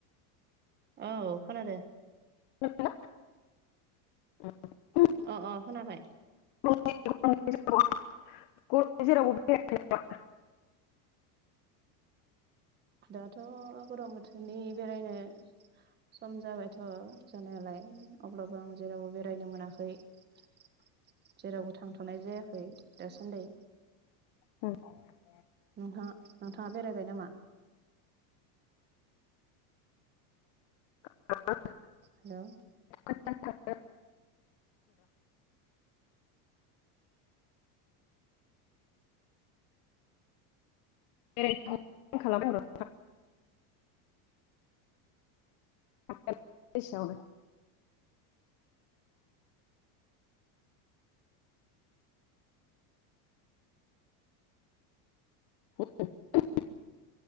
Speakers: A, on the right; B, on the left.
A: औ खोनादो
B: <unintelligible> <unintelligible>
A: अ अ खोनाबाय
B: <unintelligible>
A: दाथ' गरम बोथोरनि बेरायनो सम जाबायथ' जानायालाय अब्लाबो आं जेरावबो बेरायनो मोनाखै। जेरावबो थांथ'नाय जायाखै दासान्दि।
B: ओं
A: नोंथाङा नोंथाङा बेरायबाय नामा?
B: <unintelligible>
A: हेलौ?
B: <inaudible> <unintelligible> <unintelligible> <unintelligible>